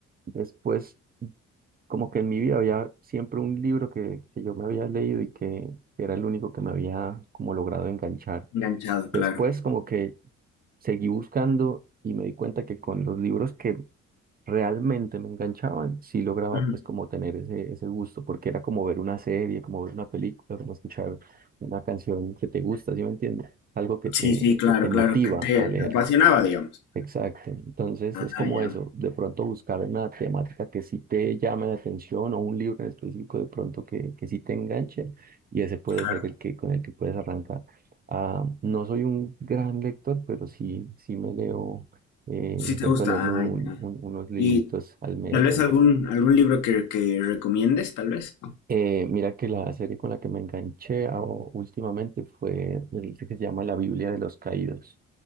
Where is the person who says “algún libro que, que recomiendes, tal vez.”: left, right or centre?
Left